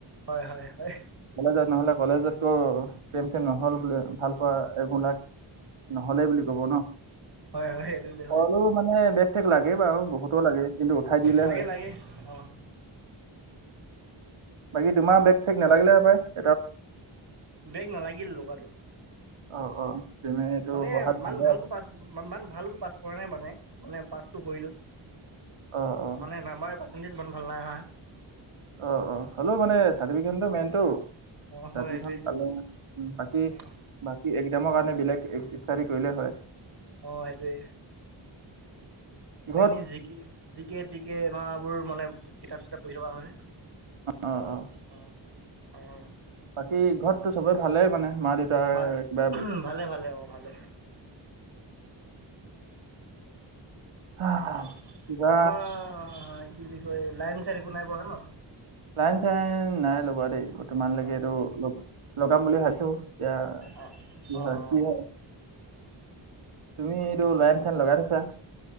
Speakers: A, on the right; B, on the right.
A: হয় হয় হয়।
B: কলেজত নহ'লে কলেজতকৈ প্ৰেম চেম নহ'ল বোলে ভাল পোৱা এইবিলাক নহ'লে বুলি কব ন
A: হয়, হয়, এইটো যে হয়,
B: সলো মানে বেগ ঠেগ লাগে বাৰু বহুতো লাগে কিন্তু উঠাই দিলে
A: লাগে
B: হয়
A: লাগে অ
B: <inaudible> বাকী তোমাৰ বেগ চেক নালাগিলে সপাই
A: বেগ নালাগিল আৰু
B: অ অ তুমি এইটো
A: অ মানে
B: পঢ়াত
A: ইমান
B: ভালে
A: ভালকৈ পাছ ইমান ভালকৈ পাছ কৰা নাই মানে মানে পাছটো কৰিলোঁ
B: <inaudible> অ',
A: মানে নাম্বাৰ পাৰ্চেণ্টেজ ইমান ভাল নাই অহা।
B: অ অ হলো মানে চাৰটিফিকেত খন টো মেইনটো
A: অ', হয়
B: চাৰ্তকেখন
A: সেইটোৱে
B: পালে বাকী
A: অ',
B: বাকী এ ক্সামৰ কাৰণে বেলেগ ইষ্টাদি কৰিলে হয়।
A: অ সেইটোৱে। মানে
B: ঘৰত
A: এনেই জিকে জিকে তিকে এনকাবোৰ মানে কিতাপ চিতাপ পঢ়ি থকা হয়।
B: অ', অ', অ',
A: অঁ অঁ। গো খ
B: এই ঘৰতটো সবৰে ভালেই মানে? মা দেউতাৰ
A: ভা
B: কিবা
A: ভালে ভালে অঁ ভালে।
B: আহ,
A: অঁ।
B: কিবা
A: তোমাৰ কি বুলি কয় লাইন চাইন একো নাই পঢ়া ন?
B: লাইন চাইন নাই লগোৱা দেই বৰ্তমানলৈকে
A: অ',
B: এইটো লগাম বুলি ভাবিছো। এতিয়া
A: অ',
B: কি
A: অ', অ',
B: হয় কি হয়। তুমি এইটো লাইন চাইন লগাই থৈছা?